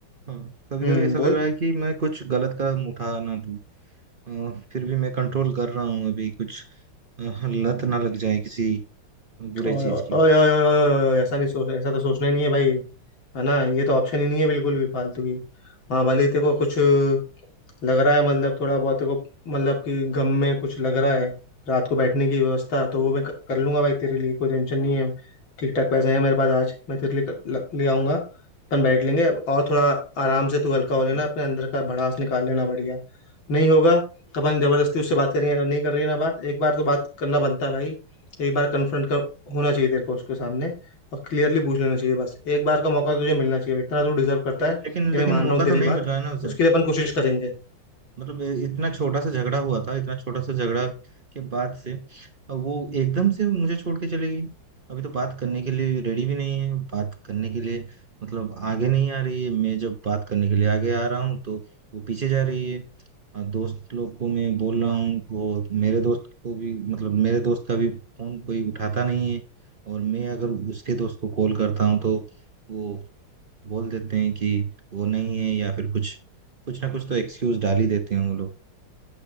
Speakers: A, on the right; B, on the left.
A: हाँ कभी
B: हम्म
A: कभी ऐसा
B: बोल
A: लग रहा है कि मैं कुछ गलत कदम उठा ना दूं अ, फिर भी मैं कंट्रोल कर रहा हूं अभी कुछ अ, लत ना लग जाए किसी बुरे
B: ओए
A: चीज
B: ओए
A: की
B: ओए ओए ओए ओए ओए, ओए, ऐसा नहीं सोच ऐसा तो सोचना ही नहीं है भाई है ना ये तो ऑप्शन ही नहीं है बिल्कुल भी फालतू की हाँ भले ही तेरे को कुछ लग रहा है मतलब थोड़ा बहुत तेरे को मतलब कि गम में कुछ लग रहा है रात को बैठने की व्यवस्था तो वो मैं क- कर लूंगा भाई तेरे लिए कोई टेंशन नहीं है ठीक ठाक पैसे हैं मेरे पास आज मैं तेरे लिए कर, ल, ले आऊंगा अपन बैठ लेंगे और थोड़ा आराम से तू हल्का
A: लेकिन
B: हो लेना अपने अंदर का भड़ास निकाल लेना बढ़िया नहीं होगा तो अपन जबरदस्ती उससे बात करेंगे अगर नहीं कर रही है ना बात एक बार तो बात करना बनता है भाई एक बार कन्फ्रंट कर होना चाहिए तेरे को उसके सामने और क्लियरली पूछ लेना चाहिए बस एक बार का मौका तुझे मिलना चाहिए इतना तो डिजर्व करता
A: लेकिन
B: है ये
A: लेकिन
B: मैं मान
A: मौका
B: रहा हूँ तेरी
A: तो नहीं मिल
B: बात
A: रहा है ना उसे
B: उसके लिए अपन कोशिश करेंगे
A: मतलब ये इतना छोटा सा झगड़ा हुआ था इतना छोटा सा झगड़ा के बाद से अब वो एकदम से मुझे छोड़ के चली गई अभी तो बात करने के लिए रेडी भी नहीं है बात करने के लिए मतलब आगे नहीं आ रही है मैं जब बात करने के लिए आगे आ रहा हूँ तो वो पीछे जा रही है और दोस्त लोग को मैं बोल रहा हूँ वो मेरे दोस्त को भी मतलब मेरे दोस्त का भी फोन कोई उठाता नहीं है और मैं अगर उसके दोस्त को कॉल करता हूँ तो वो बोल देते हैं कि वो नहीं है या फिर कुछ कुछ ना कुछ तो एक्सक्यूज डाल ही देते हैं वो लोग